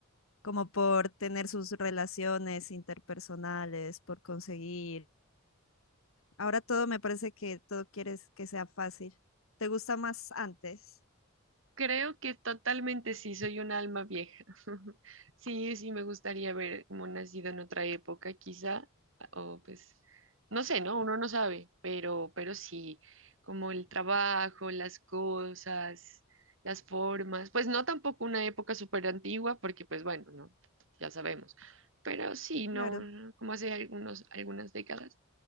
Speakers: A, on the left; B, on the right.
A: como por tener sus relaciones interpersonales, por conseguir? Ahora todo me parece que todo quieres que sea fácil. ¿Te gusta más antes?
B: Creo que totalmente sí, soy un alma vieja. <laughs> Sí, sí, me gustaría haber como nacido en otra época, quizá, o pues, no sé, ¿no? Uno no sabe, pero, pero sí, como el trabajo, las cosas, las formas, pues no tampoco una época súper antigua, porque pues bueno, no, ya sabemos, pero sí, no,
A: Claro.
B: como hace algunos, algunas décadas.